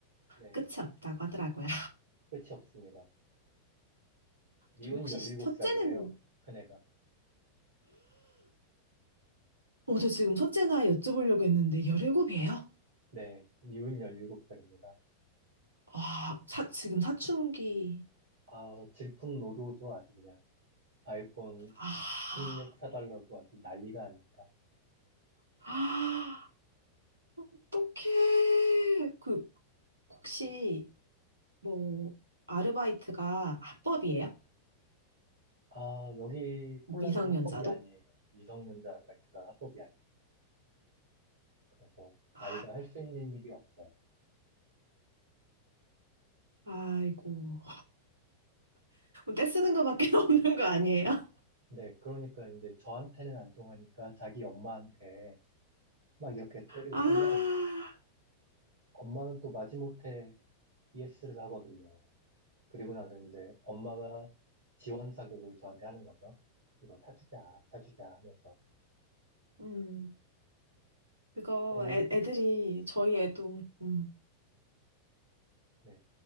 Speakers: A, on the right; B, on the right.
A: 네.
B: 끝이 없다고 하더라고요.
A: 끝이 없습니다. 미운
B: 저 혹시
A: 열
B: 시-
A: 일곱
B: 첫째는,
A: 살이에요 큰애가.
B: 어, 저 지금 첫째 나이 여쭤보려고 했는데, 열일곱이에요
A: 네, 이혼 17살입니다.
B: 아, 사, 지금 사춘기.
A: 아, 질풍노도죠, 아주 그냥. 아이폰
B: 아,
A: 16 사달라고 아주 난리가 아닙니다.
B: 아, 어떡해. 그, 혹시, 뭐, 아르바이트가 합법이에요?
A: 아, 여기 폴란드는
B: 미성년자도?
A: 합법이 아니에요. 미성년자 아르바이트가 합법이 아니에요. 그래서
B: 아,
A: 아이가 할 수 있는 일이 없어요.
B: 아이고. 떼 쓰는 거밖에 <laughs> 없는 거 아니에요?
A: 네, 그러니까 이제 저한테는 안 통하니까 자기 엄마한테 막 이렇게 때를
B: 아,
A: 쓰면 엄마는 또 마지못해 ES를 하거든요. 그리고 나서 이제 엄마가 지원 사격을 저한테 하는 거죠. 이거 사주자, 사주자 하면서.
B: 음, 그거
A: 그러면,
B: 애, 애들이, 저희 애도, 음,
A: 네.